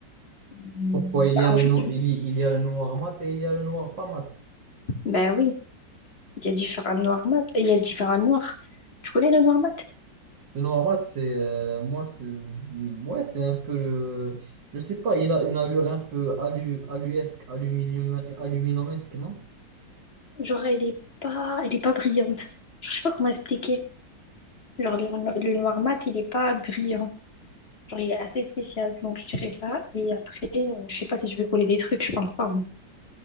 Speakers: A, on the left; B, on the right.
A: Hmm,
B: Pourquoi il
A: bah,
B: y a le
A: en fait,
B: no- il y il y a le noir mat et il y a le noir pas mat?
A: bah oui, il y a différents noirs mat. Il y a différents noirs. Tu connais le noir mat?
B: Le Noamad, c'est euh, moi, c'est ouais, c'est un peu, euh, je sais pas, il a une allure un peu alu, aluesque, aluminium, aluminumesque, non?
A: Genre, elle est pas, elle est pas brillante. Je sais pas comment expliquer. Genre, le, le noir mat, il est pas brillant. Genre, il est assez spécial, donc je dirais ça. Et après, euh, je sais pas si je vais coller des trucs, je pense pas. en vrai.